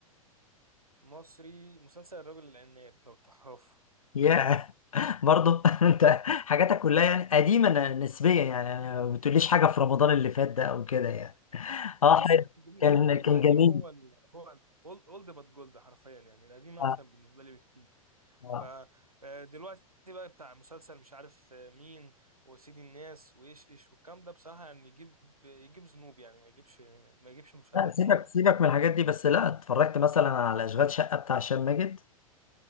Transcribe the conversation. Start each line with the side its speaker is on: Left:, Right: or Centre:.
Right: مصري مسلسل الرجل العناب لو تعرفه
Left: ياه <laughs> برضه <laughs> انت حاجاتك كلها يعني قديمة ن- نسبيا يعني يعني ما بتقوليش حاجة في رمضان اللي فات ده او كده يعني
Right: انا
Left: اه
Right: بص
Left: حلو
Right: بالنسبه
Left: كان
Right: لي
Left: كان
Right: القديم
Left: جميل
Right: هو ال هو اولد بات جولد حرفيا يعني القديم احسن
Left: آه.
Right: بالنسبه لي بكتير
Left: آه.
Right: فدلوقتي بقى بتاع مسلسل مش عارف آه، مين وسيدي الناس وايش ايش والكلام ده بصراحه يعني يجيب يجيب ذنوب يعني ما يجيبش ما يجيبش مشاهدات
Left: لا سيبك
Right: حلوه
Left: سيبك من الحاجات دي بس لا اتفرجت مثلا على اشغال شقه بتاع هشام ماجد